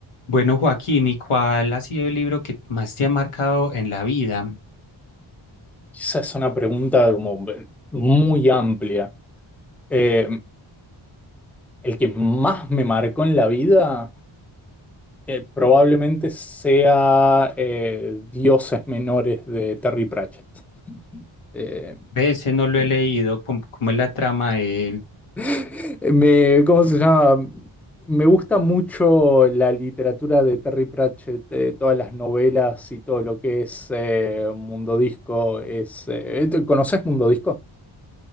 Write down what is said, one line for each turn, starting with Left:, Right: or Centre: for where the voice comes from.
Left: Bueno, Joaquín, ¿y cuál ha sido el libro que más te ha marcado en la vida?
Centre: Esa es una pregunta como muy amplia. Eh, el que más me marcó en la vida eh, probablemente sea eh, Dioses Menores de Terry Pratchett. Eh,
Left: De ese no lo
Centre: em,
Left: he leído, ¿cómo, cómo es la trama de él?
Centre: <laughs> me, ¿cómo se llama? Me gusta mucho la literatura de Terry Pratchett, eh, todas las novelas y todo lo que es eh, Mundo Disco. Es, eh, ¿conoces Mundo Disco?